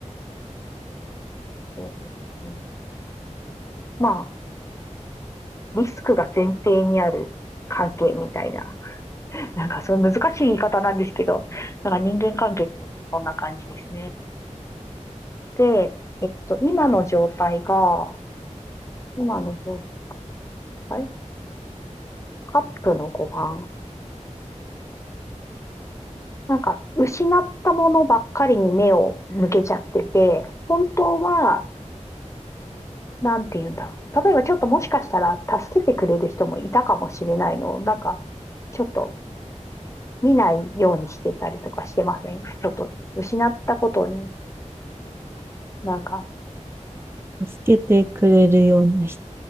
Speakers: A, on the left; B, on the right.
A: うんまあ、リスクが前提にある関係みたいな。<laughs> なんか、そう難しい言い方なんですけど、なんか人間関係で見るとこんな感じですね。で、えっと、今の状態が、今の状態カップの5番。なんか、失ったものばっかりに目を向けちゃってて、本当は、なんて言うんだろう。例えばちょっともしかしたら助けてくれる人もいたかもしれないのを、なんか、ちょっと見ないようにしてたりとかしてませんちょっと失ったことになんか、
B: 助けてくれるような人、